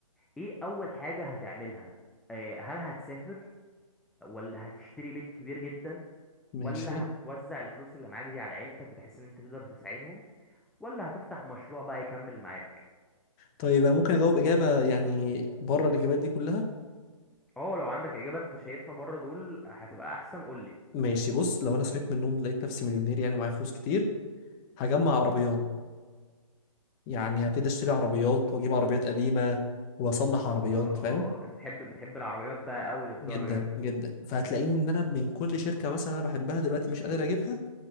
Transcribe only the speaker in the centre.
ايه اول حاجة هتعملها آه، هل هتسافر ولا هتشتري بيت كبير جدا
ولا هتوزع الفلوس اللي معاك دي على عيلتك بحيث ان انت تقدر تساعدهم ولا هتفتح مشروع بقى يكمل معاك
اه لو عندك اجابة انت شايفها بره دول هتبقى احسن قولي
اه
انت بتحب بتحب العربيات بقى قوي للدرجة
انت